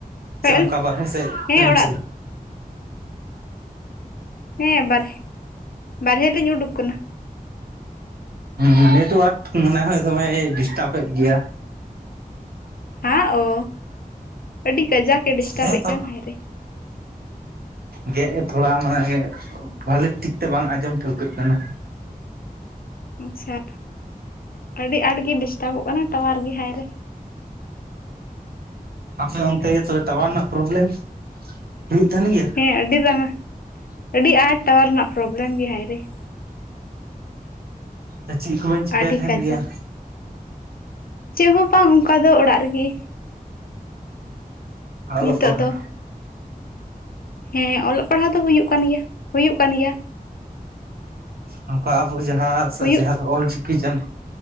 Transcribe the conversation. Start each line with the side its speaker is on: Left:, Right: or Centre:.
Left: ᱚᱠᱚᱭᱮᱜᱼᱟᱞᱤᱧ
Right: ᱥᱮ ᱚᱱᱠᱟ ᱵᱟᱦᱨᱦ ᱥᱮᱫ
Left: ᱦᱮᱸ
Right: ᱵᱮᱧᱪᱤ
Left: ᱚᱲᱟᱜ ᱦᱮᱸ ᱵᱟᱨᱦᱮ, ᱵᱟᱨᱦᱮ ᱞᱤᱧ ᱩᱰᱩᱠ ᱟᱠᱟᱱᱟ᱾
Right: ᱦᱩᱻᱸ ᱱᱮᱴᱚᱣᱟᱨᱠ ᱢᱚᱱᱮ ᱦᱚᱸᱭ ᱫᱚᱢᱮᱭ ᱰᱤᱥᱴᱟᱵ ᱮᱫ ᱜᱮᱭᱟ᱾
Left: ᱦᱟᱸ ᱚ ᱟᱹᱰᱤ ᱠᱟᱡᱟᱠ ᱮ ᱰᱤᱥᱴᱟᱨᱵᱮᱫ
Right: ᱦᱮᱸ ᱛᱚ
Left: ᱠᱟᱱ ᱦᱟᱭᱨᱮ᱾
Right: ᱜᱮᱫ ᱮ ᱛᱷᱚᱲᱟ ᱢᱟᱱᱮ ᱵᱷᱟᱞᱤ ᱴᱷᱤᱠ ᱛᱮ ᱵᱟᱝ ᱟᱸᱡᱚᱢ ᱴᱷᱟᱹᱣᱠᱟ ᱠᱟᱱᱟ᱾
Left: ᱟᱪᱪᱷᱟ ᱟᱹᱰᱤ ᱟᱸᱴ ᱜᱮ ᱰᱤᱥᱴᱟᱨᱵᱚᱜ ᱠᱟᱱᱟ ᱴᱟᱣᱟᱨ ᱜᱮ ᱦᱟᱭ ᱨᱮ᱾
Right: ᱟᱯᱮ ᱚᱱᱛᱮ ᱛᱚᱵᱮ ᱴᱟᱣᱟᱨ ᱨᱮᱱᱟᱜ ᱯᱨᱚᱵᱞᱮᱢ ᱦᱩᱭᱩᱜ ᱛᱟᱦᱮᱱ ᱜᱮᱭᱟ?
Left: ᱦᱮᱸ ᱟᱹᱰᱤ ᱫᱚᱢᱮ ᱟᱹᱰᱤ ᱟᱸᱴ ᱴᱟᱣᱟᱨ ᱨᱮᱱᱟᱜ ᱯᱨᱚᱵᱞᱮᱢ ᱜᱮ ᱦᱟᱭ ᱨᱮ ᱾
Right: ᱟ ᱪᱮᱫ ᱠᱚᱵᱮᱱ ᱪᱤᱠᱟᱹᱭ
Left: ᱟᱹᱰᱤ
Right: ᱛᱟᱦᱮᱱ
Left: ᱠᱟᱡᱟᱠ
Right: ᱜᱮᱭᱟ?
Left: ᱪᱮᱫ ᱦᱚᱸ ᱵᱟᱝ ᱚᱱᱠᱟ ᱫᱚ ᱚᱲᱟᱜ ᱨᱮᱜᱮ᱾
Right: ᱟᱞᱚᱜ
Left: ᱱᱤᱛᱚᱜ
Right: ᱯᱟᱲᱦᱟᱹᱣ?
Left: ᱫᱚ ᱦᱮᱸ ᱚᱞᱚᱜ ᱯᱟᱲᱦᱟᱣ ᱫᱚ ᱦᱩᱭᱩᱜ ᱠᱟᱱ ᱜᱮᱭᱟ, ᱦᱩᱭᱩᱜ ᱠᱟᱱ ᱜᱮᱭᱟ᱾
Right: ᱱᱚᱝᱠᱟ ᱟᱵᱚ ᱡᱟᱦᱟᱸᱻ
Left: ᱦᱩᱭᱩᱜ
Right: ᱡᱟᱦᱟᱸ ᱫᱚ ᱚᱞᱪᱤᱠᱤ ᱠᱟᱱ